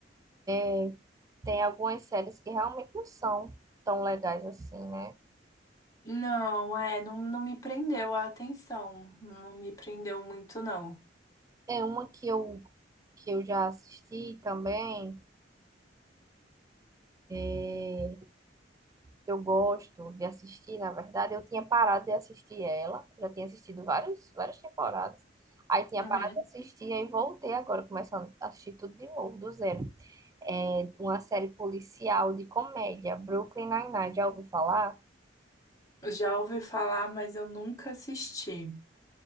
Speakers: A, on the right; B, on the left.
A: é, tem algumas séries que realmente não são tão legais assim, né?
B: Não, é, não, não me prendeu a atenção. Não me prendeu muito, não.
A: É uma que eu que eu já assisti também, é, que eu gosto de assistir, na verdade, eu tinha parado de assistir ela, já tinha assistido vários, várias temporadas. Aí tinha
B: Uhum.
A: parado de assistir, aí voltei agora, começando a assistir tudo de novo, do zero. É uma série policial de comédia, Brooklyn Nine-Nine, já ouviu falar?
B: Já ouvi falar, mas eu nunca assisti.